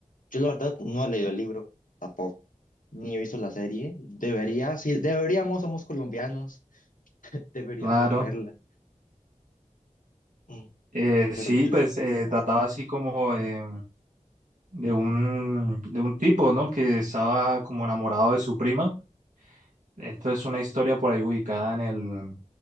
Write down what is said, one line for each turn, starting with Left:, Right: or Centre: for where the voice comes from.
Left: Yo la verdad no he leído el libro tampoco. Ni he visto la serie. Debería, sí, deberíamos, somos colombianos. <laughs> Deberíamos
Right: Claro,
Left: verla. Mm,
Right: Eh,
Left: no, Pero
Right: sí,
Left: yo
Right: pues
Left: no he visto.
Right: eh, trataba así como eh, de un, de un tipo, ¿no? Que estaba como enamorado de su prima. Esto es una historia por ahí ubicada en el,